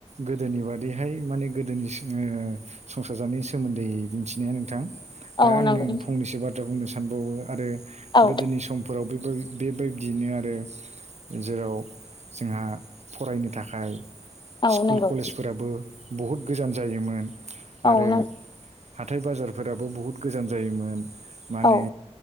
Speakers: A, on the right; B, on the left.
A: गोदोनि बादैहाय माने गोदोनि संसार जानाय नि सोमोन्दै बुंथिनाया नोंथां दा
B: औ
A: आंनो
B: नंगौ
A: फंनैसो बाथ्रा बुंनो सानबावो आरो
B: औ
A: गोदोनि सम फोराव बे बेबायदियैनो आरो जेराव जोंहा फरायनो थाखाय
B: औ
A: स्कुल
B: नंगौ
A: कलेजफोराबो बहुद गोजान जायोमोन
B: औ
A: आरो
B: नंगौ
A: हाथाय बाजारफोराबो बुहुत गोजान जायोमोन माने
B: औ